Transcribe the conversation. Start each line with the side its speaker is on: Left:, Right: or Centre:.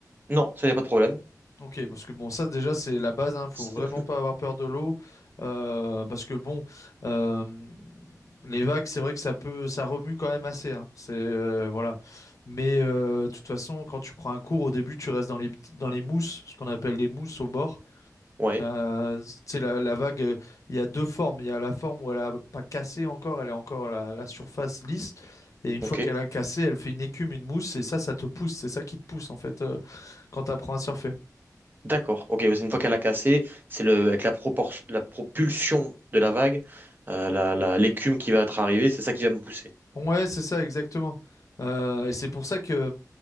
Right: Non, ça y a pas de problème.
Left: Ok, parce que bon, ça déjà c'est la base, hein, faut
Right: <laughs>
Left: vraiment pas avoir peur de l'eau, euh, parce que bon, euh, les vagues, c'est vrai que ça peut, ça remue quand même assez, hein, c'est euh, voilà. Mais euh, de toute façon, quand tu prends un cours, au début, tu restes dans les petits- dans les mousses, ce qu'on appelle les mousses au bord.
Right: Ouais,
Left: Euh, tu sais, la, la vague, euh, il y a deux formes, il y a la forme où elle a pas cassé encore, elle est encore la, la surface lisse, et une
Right: ok.
Left: fois qu'elle a cassé, elle fait une écume, une mousse, et ça, ça te pousse, c'est ça qui te pousse en fait euh, quand tu apprends à surfer.
Right: D'accord. Ok, une fois qu'elle a cassé, c'est le avec la proportion, la propulsion de la vague, euh, la, la- l'écume qui va être arrivée, c'est ça qui va me pousser.
Left: Ouais, c'est ça, exactement. Euh, et c'est pour ça que